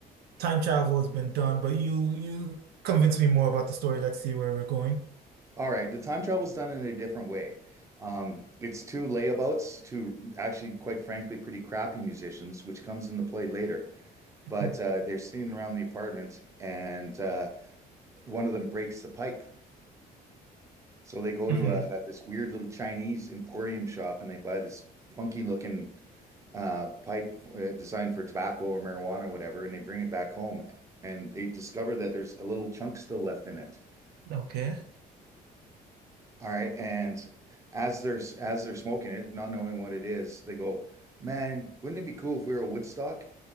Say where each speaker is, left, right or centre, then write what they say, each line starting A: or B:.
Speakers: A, on the right (about 70°); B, on the right (about 15°).
A: time travel has been done, but you you convince me more about the story. Let's see where we're going.
B: All right, the time travel's done in a different way. Um, it's two layabouts, two actually, quite frankly, pretty crappy musicians, which comes into play later. But
A: Mhm,
B: uh, they're sitting around the apartment, and uh, one of them breaks the pipe So they go
A: mhm,
B: to a, a this weird little Chinese emporium shop and they buy this funky looking uh, pipe uh, designed for tobacco or marijuana or whatever, and they bring it back home and they discover that there's a little chunk still left in it.
A: Okay.
B: All right, and as they're as they're smoking it, not knowing what it is, they go, "Man, wouldn't it be cool if we were a Woodstock?"